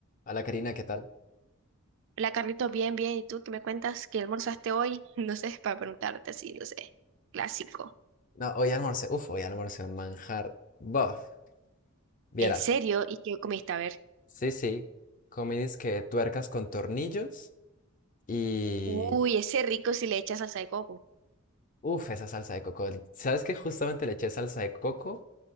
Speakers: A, on the left (about 40°); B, on the right (about 60°).
A: Hola Karina, ¿qué tal?
B: Hola Carlitos, bien, bien. ¿Y tú qué me cuentas? ¿Qué almorzaste hoy? <laughs> No sé, para preguntarte así, no sé. Clásico.
A: No, hoy almorcé, uf, hoy almorcé un manjar. Buff, vieras.
B: ¿En serio? ¿Y qué comiste? A ver.
A: Sí, sí, comí disque tuercas con tornillos y...
B: Uy, ese rico si le echas salsa de coco.
A: Uf, esa salsa de coco. ¿Sabes qué? Justamente le eché salsa de coco